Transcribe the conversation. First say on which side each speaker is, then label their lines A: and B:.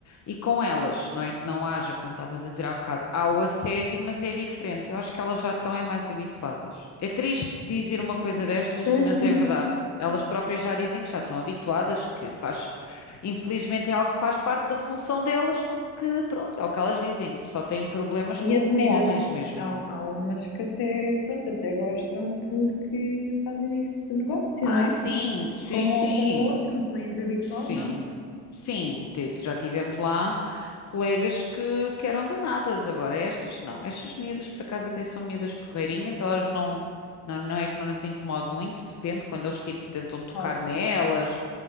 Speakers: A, on the left; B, on the left.
A: E com elas, não é que não haja, como estavas a dizer há bocado, há o assédio, mas é diferente. Eu acho que elas já estão é mais habituadas. É triste dizer uma coisa destas,
B: Sim,
A: mas
B: sim.
A: é verdade. Elas próprias já dizem que já estão habituadas, que faz, infelizmente é algo que faz parte da função delas, porque pronto, é o que elas dizem, só têm problemas
B: E
A: com,
B: admira-te,
A: com homens mesmo.
B: há, há umas que até, pronto, até gostam porque fazem disso negócio,
A: Ah,
B: não é?
A: sim, sim,
B: Com um
A: sim,
B: ou com outro, um cliente habitual,
A: sim,
B: não?
A: sim. te- Já tivemos lá colegas que, que eram danadas. Agora, estas não. Estas miúdas, por acaso, até são miúdas porreirinhas. Elas não, não, não é que não lhes incomode muito, depende. Quando eles, tipo, tentam tocar
B: Claro.
A: nelas